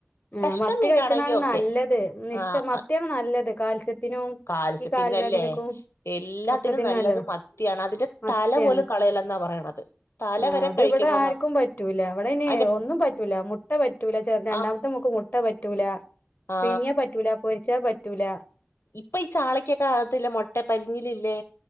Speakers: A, on the left; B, on the left.
A: ഏഹ്
B: കഷ്ണം
A: മത്തി
B: മീനാണെങ്കി
A: കഴിക്ക്ണാണ്
B: ഓക്കെ
A: നല്ലത് ഇഷ്ട
B: ആ
A: മത്തിയാണ് നല്ലത് കാൽസ്യത്തിന് തിനും
B: കാൽസ്യ
A: ഈ കാൽവേദനക്കും
B: പിന്നല്ലേ എല്ലാത്തിനും
A: ഒക്കത്തിന്
B: നല്ലത്
A: നല്ലതാ
B: മത്തിയാണ് അതിന്റെ
A: മത്തിയാണ്
B: തല പോലും കളയല്ലന്നാ പറയണത് തല
A: ആഹ്
B: വരെ
A: അതിവിടെ
B: കഴിക്കണോന്നാ
A: ആർക്കും പറ്റൂല ഇവിടെനി
B: അതിന്റെ
A: ഒന്നും പറ്റൂല മുട്ട പറ്റൂല ചെറ രണ്ടാമത്തെ
B: ആ
A: മോൾക് മുട്ട ട്ട പറ്റൂല
B: ആ
A: പുഴിങ്ങിയാ പറ്റൂല പൊരിച്ചാ പറ്റൂല
B: ഇപ്പൊ ഈ ചാളക്കൊക്കെ അകത്തില്ല മുട്ട പരിഞ്ഞിലില്ലേ